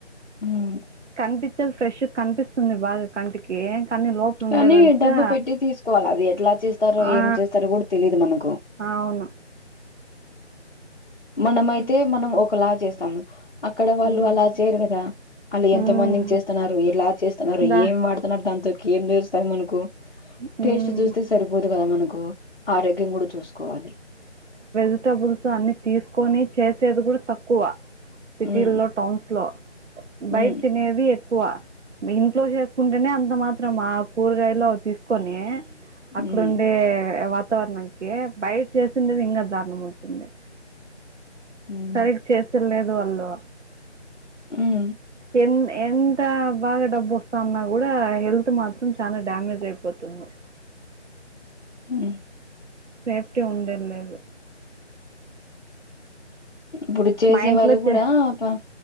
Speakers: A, on the left; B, on the right.
A: హుమ్మ్
B: కనిపించేది, ఫ్రెష్ గా కనిపిస్తుంది బాగా కంటికి. కానీ లోపల
A: కానీ
B: ఉండేదంతా
A: డబ్బు పెట్టి తీసుకోవాలా అది, ఎట్లా చేస్తారో,
B: ఆ
A: ఏం చేస్తారో కూడా తెలిదు మనకు.
B: అవును.
A: మనం అయితే మనం ఒకలా చేస్తాము. అక్కడ వాళ్ళు
B: హ్మ్
A: అలా చేయరు కదా. ఆళ్ళు
B: హ్మ్
A: ఎంత మందికి చేస్తున్నారు, ఇలా చేస్తున్నారు,
B: దా
A: ఏం వాడుతున్నారు దాంతోకి ఏం చేస్తారు మనకు.
B: హ్మ్
A: టేస్ట్ చూస్తే సరిపోదు గదా మనకు, ఆరోగ్యం గుడా చూసుకోవాలి.
B: వెజిటెబుల్స్ అన్ని, తీసుకొని చేసేది గుడా తక్ క్కువ సిటీల్లో,
A: ఉమ్
B: టౌన్స్ లో, బయట్
A: ఉమ్
B: తినేది ఎక్కువ. మీ ఇంట్లో చేసుకుంటేనే అంత మాత్రం, ఆ కూరగాయలు అవి తీస్ కొని, అక్కడుండే
A: ఉమ్
B: వాట్ వాతావరణానికి, బయట చేసిండిది ఇంకా దారుణం ఉంటుంది.
A: ఉమ్
B: సరిగ్ చేస్త్ లేదు వాళ్ళు.
A: ఉమ్
B: ఎన్, ఎంత బాగా డబ్బు వస్తాన్నా గుడా, హెల్త్ మాత్రం చాలా డ్యామేజ్ అయిపోతుంది.
A: ఉమ్
B: సేఫ్టీ ఉండేద్ లేదు.
A: ఇప్పుడు చేసే
B: మా ఇంట్లో
A: వాళ్ళు గుడా,
B: చే
A: పం